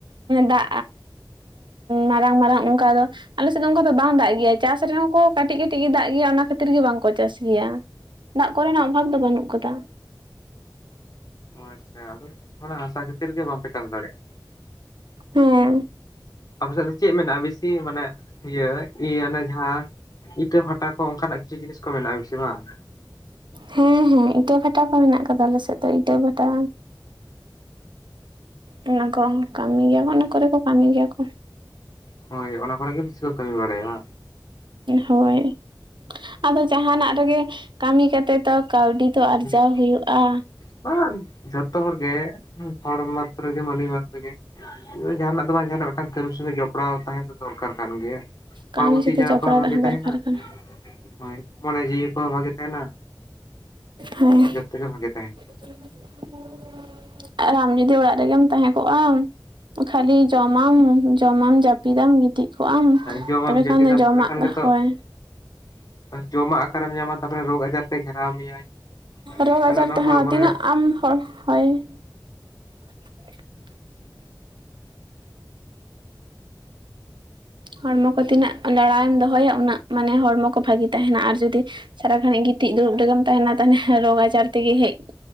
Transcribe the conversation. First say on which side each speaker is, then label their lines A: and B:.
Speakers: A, on the right; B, on the left.
A: ᱫᱟᱜᱼᱟ᱾ ᱢᱟᱨᱟᱝ ᱢᱟᱨᱟᱝ ᱚᱱᱠᱟ ᱫᱚ ᱟᱞᱮ ᱥᱮᱫ ᱫᱚ ᱚᱱᱠᱟ ᱫᱚ ᱵᱟᱝ ᱫᱟᱜ ᱜᱮᱭᱟ᱾ ᱪᱟᱹᱥ ᱨᱮᱦᱚᱸ ᱠᱚ ᱠᱟᱹᱴᱤᱡ ᱠᱟᱹᱴᱤᱡ ᱜᱮ ᱫᱟᱜ ᱜᱮᱭᱟ᱾ ᱚᱱᱟ ᱠᱷᱟᱹᱛᱤᱨ ᱜᱮ ᱵᱟᱝᱠᱚ ᱪᱟᱹᱥ ᱜᱮᱭᱟ᱾ ᱫᱟᱜ ᱠᱚᱨᱮ ᱱᱟᱜ ᱚᱵᱷᱟᱵᱽ ᱫᱚ ᱵᱟᱹᱱᱩᱜ ᱟᱠᱟᱫ-ᱟ᱾
B: ᱚ ᱟᱪᱪᱷᱟ, ᱚᱱᱟ ᱦᱟᱥᱟ ᱠᱷᱟᱹᱛᱤᱨ ᱜᱮ ᱵᱟᱢᱯᱮ ᱪᱟᱹᱥ ᱫᱟᱲᱮᱜ-ᱟ᱾
A: ᱦᱮᱸ,
B: ᱟᱯᱮ ᱥᱮᱜ ᱫᱚ ᱪᱮᱜ ᱢᱮᱱᱟᱜ-ᱟ ᱵᱮᱥᱤ ᱢᱟᱱᱮ ᱤᱭᱟᱹ ᱤᱭᱟᱹ ᱚᱱᱮ ᱡᱟᱦᱟᱸ᱾ ᱤᱴᱟᱹ ᱵᱷᱟᱸᱴᱟ ᱠᱚ ᱚᱱᱠᱟ ᱱᱟᱜ ᱠᱤᱪᱷᱩ ᱡᱤᱱᱤᱥ ᱠᱚ ᱢᱮᱱᱟᱜ-ᱟ ᱵᱤᱥᱤ ᱵᱟᱝ?
A: ᱦᱮᱸ ᱦᱮᱸ ᱤᱴᱟᱹ ᱵᱷᱟᱴᱟ ᱠᱚ ᱢᱮᱱᱟᱜ ᱠᱟᱫᱟ ᱟᱞᱮ ᱥᱮᱜ ᱫᱚ ᱤᱴᱟᱹ ᱵᱷᱟ ᱴᱟ᱾ ᱚᱱᱟ ᱠᱚ ᱠᱟᱢᱤ ᱜᱮᱭᱟ ᱠᱚ ᱚᱱᱟ ᱠᱚᱨᱮ ᱠᱚ ᱠᱟᱢᱤ ᱜᱮᱭᱟ ᱠᱚ᱾
B: ᱦᱳᱭ ᱚᱱᱟ ᱠᱚᱨᱮ ᱜᱮ ᱵᱤᱥᱤ ᱠᱚ ᱠᱟᱹᱢᱤ ᱵᱟᱲᱟᱭᱟ ᱵᱟ᱾
A: ᱦᱳᱭ ᱟᱫᱚ ᱡᱟᱦᱟᱸᱱᱟᱜ ᱨᱮᱜᱮ ᱠᱟᱢᱤ ᱠᱟᱛᱮᱫ᱾ ᱛᱟᱣ ᱠᱟᱣᱰᱤ ᱛᱚ ᱟᱨᱡᱟᱣ
B: ᱵᱟᱝ
A: ᱦᱳᱭᱳᱜ-ᱟ᱾
B: <unintelligible> ᱡᱷᱚᱛᱚ ᱦᱚᱲ ᱜᱮ ᱦᱚᱲ ᱢᱟᱛᱨᱚ ᱜᱮ ᱢᱟᱱᱤ ᱢᱟᱛ ᱛᱮᱜᱮ᱾ ᱡᱟᱦᱟᱸᱱᱟᱜ ᱫᱚ ᱵᱟᱝ ᱡᱟᱦᱟᱸᱱᱟᱜ ᱢᱮᱜᱴᱟᱝ ᱠᱟᱹᱢᱤ ᱥᱚᱸᱜᱮ ᱡᱚᱯᱲᱟᱣ ᱛᱟᱦᱮᱸ ᱫᱚ ᱫᱚᱨᱠᱟᱨ ᱠᱟᱱ ᱜᱮᱭᱟ᱾ ᱦᱚᱲᱢᱚ
A: ᱠᱟᱹᱢᱤ ᱥᱟᱛᱮ
B: ᱛᱤ ᱡᱟᱸᱜᱟ
A: ᱡᱚᱯᱲᱟᱣ
B: ᱠᱚᱦᱚᱸ ᱵᱷᱟᱜᱤ
A: ᱛᱟᱦᱮᱸ
B: ᱛᱟᱦᱮᱱᱟ
A: ᱫᱚᱨᱠᱟᱨ ᱠᱟᱱᱟ
B: ᱦᱳᱭ ᱢᱚᱱᱮ ᱡᱤᱣᱤ ᱠᱚᱦᱚᱸ ᱵᱷᱟᱜᱮ ᱛᱟᱦᱮᱱᱟ᱾
A: ᱦᱳᱭ
B: ᱡᱷᱚᱛᱚ ᱜᱮ ᱵᱷᱟᱜᱮ ᱛᱟᱦᱮᱱᱟ᱾
A: <inaudible> ᱟᱨ ᱟᱢ ᱡᱩᱫᱤ ᱚᱲᱟᱜ ᱨᱮᱜᱮᱢ ᱛᱟᱸᱦᱮ ᱠᱚᱜ ᱟᱢ ᱠᱷᱟᱞᱤ ᱡᱚᱢᱟᱢ᱾ ᱡᱚᱢᱟᱢ ᱡᱟᱯᱤᱫᱟᱢ ᱜᱤᱛᱤᱡᱽ ᱠᱚᱜ ᱟᱢ᱾
B: ᱡᱚᱢᱟᱢ
A: ᱛᱚᱵᱮ
B: ᱡᱟᱹᱯᱤᱫᱟᱢ
A: ᱠᱷᱟᱱ ᱫᱚ ᱡᱚᱢᱟᱜ
B: ᱛᱟᱦᱞᱮ ᱠᱷᱟᱱ ᱜᱮ ᱛᱚ
A: ᱦᱳᱭ
B: ᱡᱚᱢᱟᱜ ᱟᱠᱟᱨᱮᱢ ᱧᱟᱢᱟ ᱛᱟᱯᱚᱨᱮ ᱨᱳᱜᱽ ᱟᱡᱟᱨ᱾ ᱛᱮ ᱜᱷᱮᱨᱟᱣ ᱢᱮᱭᱟᱭ
A: ᱨᱳᱜᱽ
B: ᱦᱟᱱᱟ
A: ᱟᱡᱟᱨ
B: ᱱᱚᱣᱟ
A: ᱛᱮᱦᱚᱸ
B: ᱦᱚᱲᱢᱚ
A: ᱛᱤᱱᱟᱹᱜ
B: ᱨᱮᱭᱟᱜ᱾
A: ᱟᱢ ᱦᱚᱭ ᱦᱚᱭ᱾ <inaudible> ᱦᱚᱲᱢᱚ ᱠᱚ ᱛᱤᱱᱟᱹᱜ ᱞᱟᱲᱟᱭᱮᱢ ᱫᱚᱦᱚᱭᱟ ᱩᱱᱟᱹᱜ ᱢᱟᱱᱮ ᱦᱚᱲᱢᱚ ᱠᱚ ᱵᱷᱟᱜᱤ ᱛᱟᱦᱮᱱᱟ ᱟᱨ ᱡᱩᱫᱤ᱾ ᱥᱟᱨᱟ ᱜᱷᱟᱸᱲᱤᱡ ᱜᱤᱛᱤᱡ ᱫᱩᱲᱩᱵ ᱨᱮᱜᱮᱢ ᱛᱟᱦᱮᱱᱟ ᱛᱟᱦᱱᱮ ᱨᱳᱜᱽ ᱟᱡᱟᱨ᱾ ᱛᱤᱜᱤ ᱦᱮᱡ